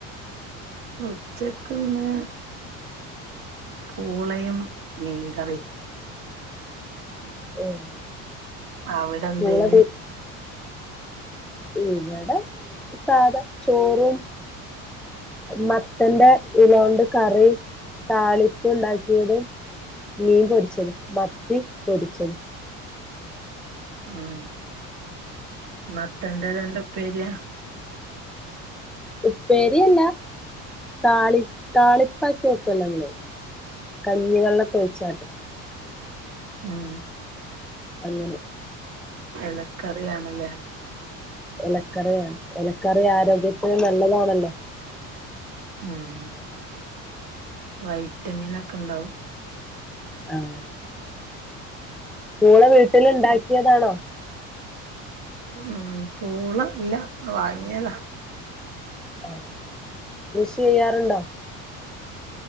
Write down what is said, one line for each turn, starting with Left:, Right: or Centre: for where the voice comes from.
Right: ഉച്ചക്കിന്ന് പൂളയും മീൻകറീം
Centre: ഉം
Right: അവിടെ എന്തേന്
Centre: പൂള ഇവിടെ സാധാ ചോറും മത്തന്റെ ഇലകൊണ്ട് കറി താളിപ്പ് ഉണ്ടാക്കിയതും മീൻ പൊരിച്ചതും മത്തി പൊരിച്ചതും
Right: ഉം മത്തൻ്റെലണ്ട് പരിയ
Centre: ഉപ്പേരിയല്ല താളി താളിപ്പാക്കി വെക്കല്ലോ നമ്മള് കഞ്ഞിവെള്ളമൊക്കെ ഒഴിച്ചാട്ട്
Right: ആഹ്
Centre: അങ്ങനെ
Right: എലക്കറിയാണല്ലേ
Centre: എലക്കറിയ എല ക്കറി ആരോഗ്യത്തിന് നല്ലതാണല്ലോ ലോ
Right: ആഹ് വൈറ്റമിൻ ഒക്കെ ഉണ്ടാവും
Centre: ആഹ് മൂളെ വീട്ടിൽ ഉണ്ടാക്കി ക്കിയതാണോ
Right: ഉം പൂള ഇല്ല വാങ്ങിയതാ
Centre: ആ കൃഷി ചെയ്യാറുണ്ടോ